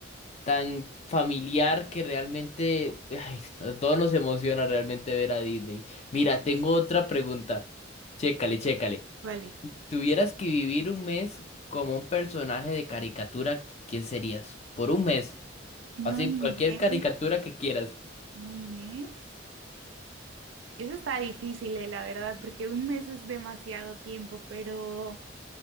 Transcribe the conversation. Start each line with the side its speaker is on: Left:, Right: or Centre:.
Left: tan familiar que realmente, ay, a todos nos emociona realmente ver a Disney. Mira, tengo otra pregunta. Chécale, chécale.
Right: Vale.
Left: Si tuvieras que vivir un mes como un personaje de caricatura, ¿quién serías? Por un mes.
Right: No
Left: Así,
Right: inventes
Left: cualquier caricatura que quieras.
Right: un mes. Eso está difícil, eh, la verdad, porque un mes es demasiado tiempo, pero,